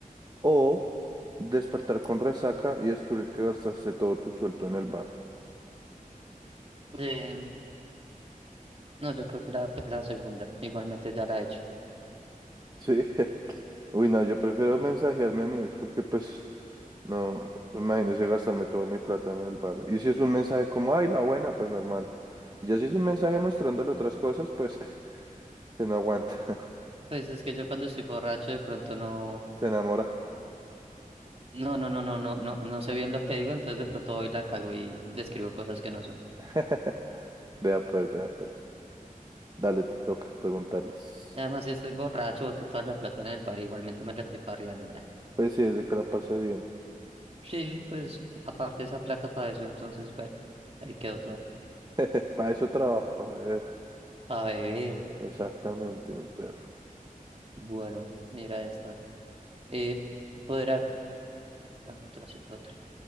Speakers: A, on the right; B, on the right.
A: O despertar con resaca y descubrir que gastaste todo tu sueldo en el bar.
B: Em, no, yo creo que la, la segunda, igualmente ya la he hecho.
A: Sí. <laughs> Uy, no, yo prefiero mensajearme a mi ex porque pues No, imagínese gastarme toda mi plata en el bar. Y si es un mensaje como, ay, la buena, pues normal. Ya si es un mensaje mostrándole otras cosas, pues <laughs> se no aguanta, <laughs>
B: Pues es que yo cuando estoy borracho de pronto no,
A: se enamora.
B: no, no, no, no, no, no, no sé bien lo que digo, entonces de pronto hoy la cago y describo cosas que no son.
A: <laughs> Vea pues, vea pues. Dale, te toca preguntarles.
B: Y Además, si estoy borracho, boto toda la plata en el bar, igualmente me la estoy farreando. Ah,
A: Pues sí, desde que la pasé bien.
B: Sí, pues aparte esa plata para eso, entonces bueno, ahí quedó todo.
A: <laughs> Para eso trabajo, para beber.
B: Para beber,
A: Exactamente, mi perro.
B: bueno, mira esta. Eh, poder, ac- ah, no, otra, sí, otra.